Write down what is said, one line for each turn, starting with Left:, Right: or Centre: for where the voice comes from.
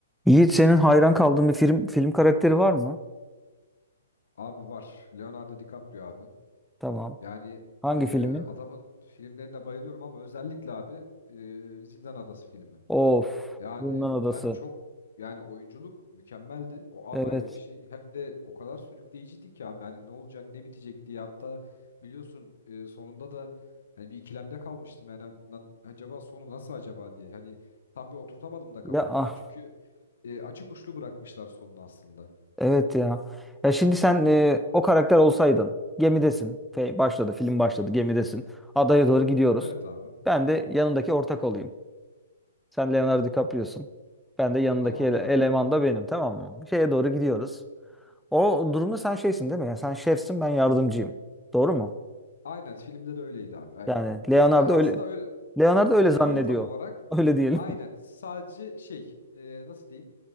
Centre: Yiğit senin hayran kaldığın bir film film karakteri var mı?
Left: Abi var. Leonardo DiCaprio abi.
Centre: Tamam.
Left: Yani
Centre: Hangi
Left: e,
Centre: filmi?
Left: adamın filmlerine bayılıyorum ama özellikle abi e, Zindan Adası filmi.
Centre: Of,
Left: Yani
Centre: Zindan Adası.
Left: hem çok yani oyunculuk mükemmeldi. O apayrı
Centre: Evet.
Left: bir şey. Hem de o kadar sürükleyiciydi ki abi. Hani ne olacak ne bitecek diye hatta biliyorsun e, sonunda da hani bir ikilemde kalmıştım. Yani lan acaba sonu nasıl acaba diye. Hani tam bir oturtamadım da kafamda.
Centre: Ya ah,
Left: Çünkü e, açık uçlu bırakmışlar sonunu aslında.
Centre: evet ya. Ya şimdi sen e, o karakter olsaydın. Gemidesin. Fe- başladı, film başladı. Gemidesin. Adaya doğru gidiyoruz.
Left: Evet abi.
Centre: Ben de yanındaki ortak olayım. Sen Leonardo DiCaprio'sun. Ben de yanındaki
Left: Tamamdır
Centre: ele- eleman
Left: abi.
Centre: da benim, tamam mı? Şeye doğru gidiyoruz. O durumda sen şeysin değil mi? Yani sen şefsin, ben yardımcıyım. Doğru mu?
Left: Aynen filmde de öyleydi abi. Evet.
Centre: Yani Leonardo
Left: Yani aslında
Centre: öyle
Left: öyle
Centre: Leonardo öyle
Left: öyle
Centre: zannediyor.
Left: değil tam olarak.
Centre: Öyle diyelim.
Left: Aynen
Centre: <laughs>
Left: sadece şey e, nasıl diyeyim?